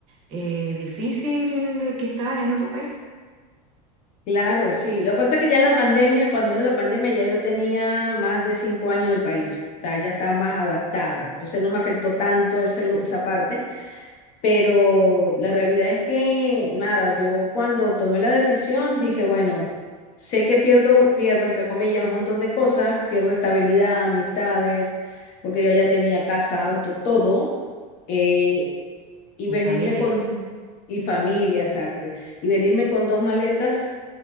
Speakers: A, on the right (about 35°); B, on the left (about 45°).
A: eh, difícil eh, que estabas en otro país
B: Claro, sí. Lo que pasa es que ya la pandemia, cuando vino la pandemia, ya yo tenía más de cinco años en el país. O sea, ya estaba más adaptada. Entonces no me afectó tanto ese, lu- esa parte. Pero la realidad es que, nada, yo cuando tomé la decisión dije, bueno, sé que pierdo, pierdo, entre comillas, un montón de cosas. Pierdo estabilidad, amistades, porque yo ya tenía casa, auto, todo. eh, y
A: y
B: venirme
A: familia.
B: con, y familia, exacto, y venirme con dos maletas,